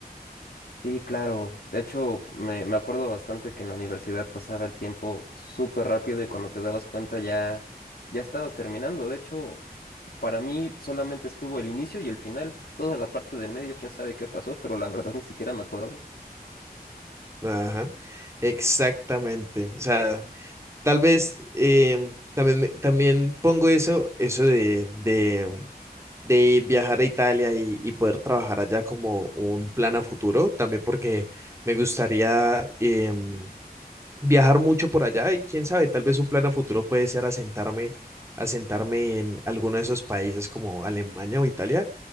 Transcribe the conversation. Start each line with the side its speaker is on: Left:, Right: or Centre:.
Left: Sí, claro. De hecho, me, me acuerdo bastante que en la universidad pasaba el tiempo súper rápido y cuando te dabas cuenta ya, ya estabas terminando. De hecho, para mí solamente estuvo el inicio y el final. Toda la parte del medio, quién sabe qué pasó, pero la verdad <laughs> ni siquiera me acuerdo.
Right: Ajá, exactamente. O sea, Tal vez eh, también, me- también pongo eso, eso de, de, de viajar a Italia y, y poder trabajar allá como un plan a futuro, también porque me gustaría em, viajar mucho por allá y quién sabe, tal vez un plan a futuro puede ser asentarme, asentarme en alguno de esos países como Alemania o Italia